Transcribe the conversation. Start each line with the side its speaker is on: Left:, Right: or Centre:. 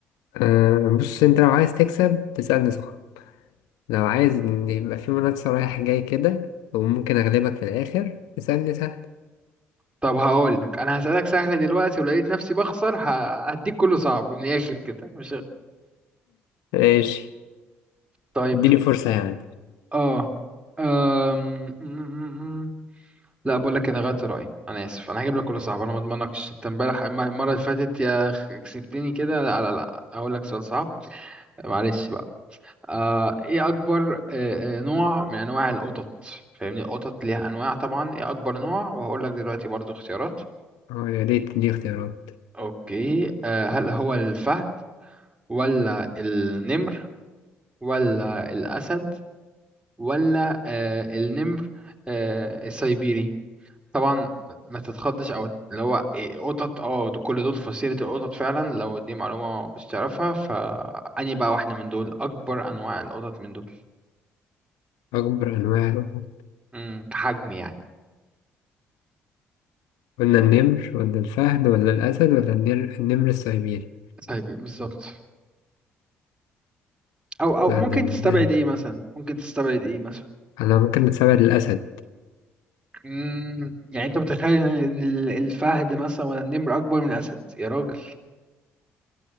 Left: آه بص أنت لو عايز تكسب تسألني صح لو عايز إن يبقى في منافسة رايح جاي كده وممكن أغلبك في الآخر تسألني سهل
Right: طب هقول لك انا هسألك سهل دلوقتي ولقيت نفسي بخسر ه- هديك كله صعب من الاخر كده مش
Left: ماشي
Right: طيب
Left: اديني فرصة يعني
Right: اه أم... م- م- م. لا بقول لك انا غيرت رايي انا اسف انا هجيب لك كل صعب انا ما اضمنكش انت امبارح الم- المره اللي فاتت يا أخ كسبتني كده لا لا لا هقول لك سؤال صعب معلش بقى آه ايه اكبر آه آه، نوع من انواع القطط فاهمني القطط ليها انواع طبعا ايه اكبر نوع وهقول لك دلوقتي برضو اختيارات
Left: اه يا ريت تديني اختيارات
Right: اوكي آه هل هو الفهد ولا النمر ولا الاسد ولا آه النمر آه السيبيري طبعا ما تتخضش او اللي هو إيه قطط اه دول- كل دول في فصيلة القطط فعلا لو دي معلومة ما كنتش تعرفها فأني بقى واحدة من دول أكبر أنواع القطط من دول
Left: أكبر أنواع القطط
Right: امم كحجم يعني
Left: قلنا النمر ولا الفهد ولا الأسد ولا النمر, النمر السيبيري
Right: طيب بالظبط أو أو
Left: لا
Right: ممكن
Left: ده ده-
Right: تستبعد إيه مثلا ممكن تستبعد إيه مثلا
Left: أنا ممكن نتسابق للأسد
Right: امم يعني أنت متخيل إن ال- الفهد مثلا ولا النمر أكبر من الأسد يا راجل